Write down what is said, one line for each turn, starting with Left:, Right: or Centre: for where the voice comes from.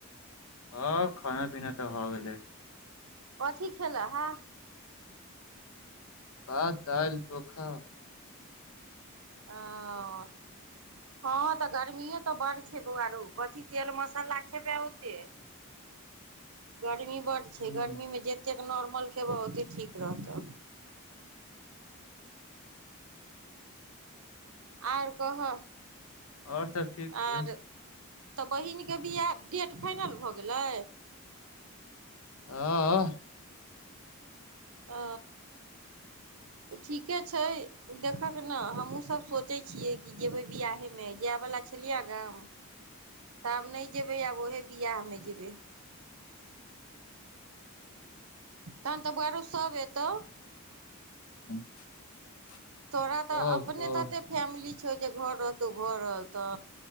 Left: हँ खाना पीना तऽ भ गेलै।
Right: कथी खेल हँ।
Left: भात दाल चोखा।
Right: ओ, हँ तऽ गर्मीए तऽ बड़ छैे बौआरो कथी तेल मसाला खेबै ओते गर्मी बड छै
Left: हूँ
Right: गर्मी मे जेते नॉर्मल खेबह ओते ठीक रहतौ। आर कहऽ।
Left: ओर सभ ठीक छै।
Right: आर तऽ बहिनके बिियाह डेट फाइनल भऽ गेलै।
Left: हँ अअ।
Right: ह तऽ ठीके छै देखक न हमहूँसभ सोचै छियै कि जेबै विियाहेमे जायवला छलियै गाम तऽ आब नहि जेबै आब उहे बियाह मे जेबे। तहन तऽ बरो सब एतौ।
Left: <unintelligible>
Right: तोरा तऽ
Left: सब
Right: अपने
Left: सब
Right: तऽ त फैमिली छए जे घर रहतौ घर तऽ